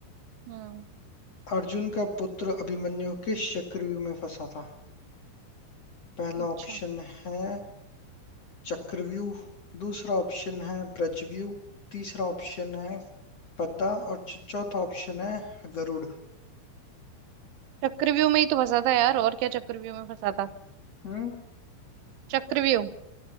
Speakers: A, on the right; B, on the left.
A: हम्म
B: अर्जुन का पुत्र अभिमन्यु किस चक्रव्यूह में फंसा था पहला
A: अच्छा
B: ऑप्शन है चक्रव्यूह दूसरा ऑप्शन है ब्रजव्यूह तीसरा ऑप्शन है पद्दा और चौ- चौथा ऑप्शन है गरुड़
A: चक्रव्यूह में ही तो फंसा था यार और क्या चक्रव्यूह में फंसा था
B: हम्म
A: चक्रव्यूह